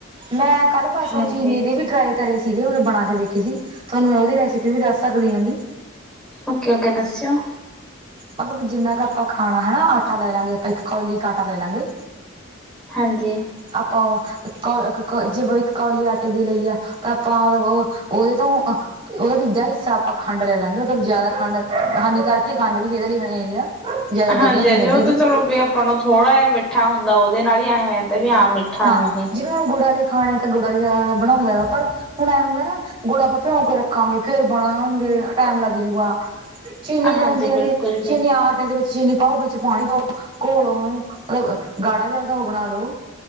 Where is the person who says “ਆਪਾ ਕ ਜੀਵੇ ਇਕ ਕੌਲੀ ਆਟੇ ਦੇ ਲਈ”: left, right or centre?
Right